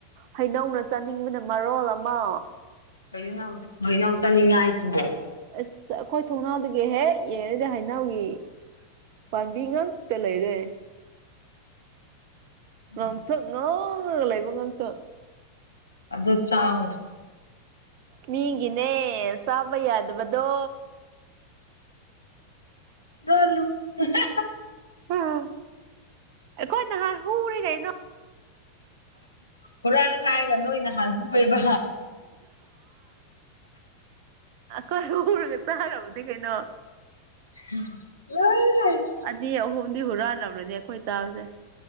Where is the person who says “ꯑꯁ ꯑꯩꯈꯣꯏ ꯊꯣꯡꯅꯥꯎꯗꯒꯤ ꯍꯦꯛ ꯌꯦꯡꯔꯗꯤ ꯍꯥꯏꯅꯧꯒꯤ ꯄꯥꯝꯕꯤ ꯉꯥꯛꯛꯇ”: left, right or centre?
Right